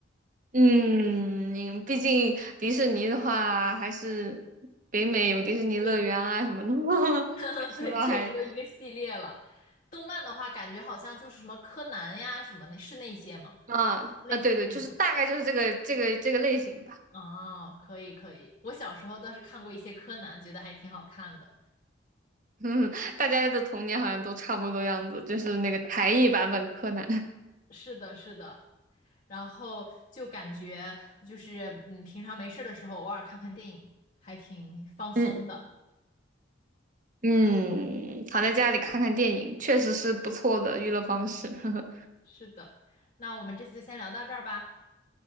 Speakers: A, on the right; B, on the left.
A: 嗯，毕竟迪士尼的话，还是北美有迪士尼乐园啊什么的。
B: 对，
A: <laughs>
B: <laughs> 对，
A: 说到还
B: 确实都一个系列了。动漫的话，感觉好像就是什么柯南呀，什么那是那些吗？
A: 啊啊，
B: 类似那种。
A: 对对，就是大概就是这个这个这个类型吧。<laughs>
B: 啊，可以可以，我小时候倒是看过一些柯南，觉得还挺好看的。
A: 嗯，大家的童年好像都差不多样子，就是那个台译版本柯南。
B: 是的，是的。然后就感觉就是，嗯，平常没事儿的时候，偶尔看看电影，还挺放松的。
A: 嗯嗯，躺在家里看看电影，确实是不错的娱乐方式。<laughs>
B: 是的，那我们这次先聊到这儿吧，